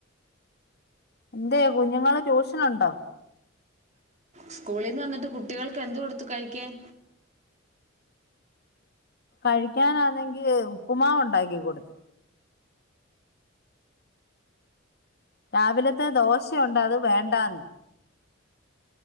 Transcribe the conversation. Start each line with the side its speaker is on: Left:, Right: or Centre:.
Left: എന്ത കുഞ്ഞുങ്ങള് ട്യൂഷൻുണ്ടോ
Right: സ്കൂളിൽ നിന്ന് വന്നിട്ട് കുട്ടികൾക്ക് എന്ത് കൊടുത്തു കഴിക്കാൻ
Left: കഴിക്കാനാണെങ്കി ഉപ്പുമാവ് ഉണ്ടാക്കി കൊടുത്ത് രാവിലത്തെ ദോശയുണ്ട അത് വേണ്ടാന്ന്